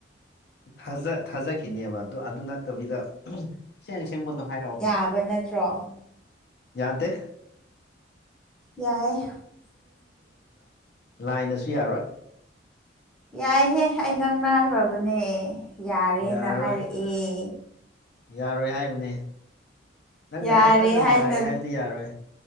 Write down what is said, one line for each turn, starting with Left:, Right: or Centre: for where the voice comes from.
Left: ꯊꯥꯖ ꯊꯥꯖꯈꯤꯅꯦꯕ ꯑꯗꯣ ꯑꯗꯨ ꯅꯠꯇꯕꯤꯗ ꯁꯦꯡ ꯁꯦꯡꯕꯗꯣ ꯍꯥꯏꯔꯛꯑꯣꯅꯦ
Centre: ꯌꯥꯕ ꯅꯠꯇ꯭ꯔꯣ
Left: ꯌꯥꯗꯦ
Centre: ꯌꯥꯏꯌꯦ
Left: ꯂꯥꯏꯅꯁꯨ ꯌꯥꯔꯣꯏ
Centre: ꯌꯥꯏꯍꯦ ꯑꯩ ꯉꯥꯡꯅꯥꯈ꯭ꯔꯕꯅꯦ ꯌꯥꯔꯦꯅ
Left: ꯌꯥꯔꯔꯣꯏ
Centre: ꯍꯥꯏꯔꯛꯑꯦ
Left: ꯌꯥꯔꯣꯏ ꯍꯥꯏꯕꯅꯦ ꯅꯪ ꯅꯇꯟꯇꯅ
Centre: ꯌꯥꯔꯦ ꯍꯥꯏꯅ
Left: ꯌꯥꯔꯦ ꯍꯥꯏꯕꯗꯤ ꯌꯥꯔꯣꯏ